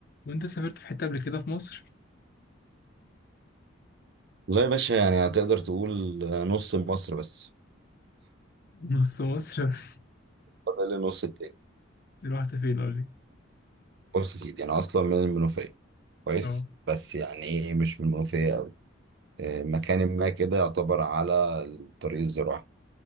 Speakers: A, on the left; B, on the right.
A: وانت سافرت في حتة قبل كده في مصر
B: والله يا باشا يعني هتقدر تقول نص مصر بس
A: نص مصر بس
B: فاضل النص التاني
A: <laughs> رحت فين قول لي
B: بص يا سيدي انا اصلا من المنوفيه كويس
A: اه
B: بس يعني ايه مش من المنوفيه قوي مكان ما كده يعتبر على الطريق الزراعي